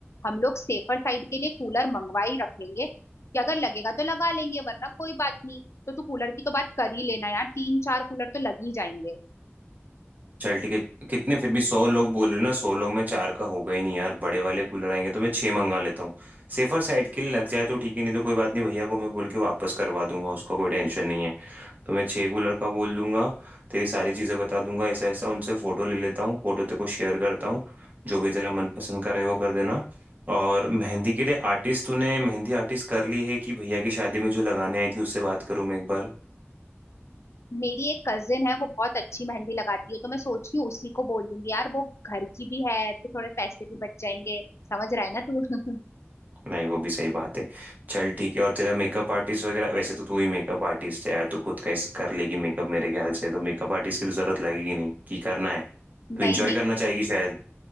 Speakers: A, on the left; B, on the right.
A: हम लोग सेफर साइड के लिए कूलर मंगवा ही रखेंगे कि अगर लगेगा तो लगा लेंगे वरना कोई बात नहीं तो तू कूलर की तो बात कर ही लेना यार तीन चार कूलर तो लग ही जाएंगे
B: चल ठीक है कितने फिर भी सौ लोग बोल रहे हो ना सौ लोग में चार का होगा ही नहीं यार बड़े वाले कूलर आएंगे तो मैं छः मंगा लेता हूँ सेफर साइड के लिए लग जाए तो ठीक है नहीं तो कोई बात नहीं भैया को मैं बोल के वापस करवा दूंगा उसका कोई टेंशन नहीं है तो मैं छः को लड़का बोल दूंगा तेरी सारी चीज़ें बता दूंगा ऐसा ऐसा उनसे फ़ोटो ले लेता हूँ फ़ोटो तेरे को शेयर करता हूँ जो भी तेरा मनपसंद का रहे वो कर देना और मेहंदी के लिए आर्टिस्ट तूने मेहंदी आर्टिस्ट कर ली है कि भैया की शादी में जो लगाने आई थी उससे बात करूँ मैं एक बार
A: मेरी एक कजिन है वो बहुत अच्छी मेहंदी लगाती है तो मैं सोच रही हूँ उसी को बोल दूंगी यार वो घर की भी है तो थोड़े पैसे भी बच जाएंगे समझ रहा है ना तू <laughs>
B: नहीं वो भी सही बात है चल ठीक है और तेरा मेकअप आर्टिस्ट वगैरह वैसे तो तू ही मेकअप आर्टिस्ट है यार तू खुद का ही कर लेगी मेकअप मेरे ख्याल से तो मेकअप आर्टिस्ट की तो जरूरत लगेगी नहीं कि करना है
A: नहीं
B: तू इंजॉय करना चाहेगी शायद